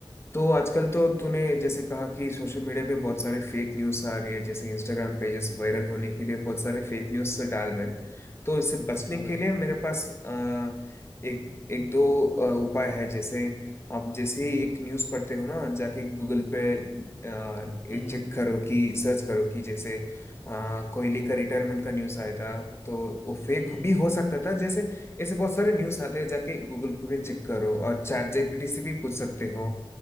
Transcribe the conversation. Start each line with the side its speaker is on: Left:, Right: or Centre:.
Left: तो आजकल तो तूने जैसे कहा कि सोशल मीडिया पे बहुत सारे फेक न्यूज़ आ रही है जैसे इंस्टाग्राम पेजेस वायरल होने के लिए बहुत सारे फेक न्यूज़ डाल रहे हैं तो इससे बचने
Centre: हाँ
Left: के
Centre: भाई
Left: लिए मेरे पास अ, एक एक दो अ, उपाय है जैसे आप जैसे ही एक न्यूज़ पढ़ते हो ना जाके गूगल पे
Centre: हम्म
Left: चेक करो कि सर्च करो कि जैसे अ, कोहली का रिटायरमेंट का न्यूज़ आया था तो वो फेक
Centre: हम्म
Left: भी हो सकता था जैसे ऐसे बहुत सारे न्यूज़ आते हैं जाके गूगल पे चेक करो और चैट जीपीटी से भी पूछ सकते हो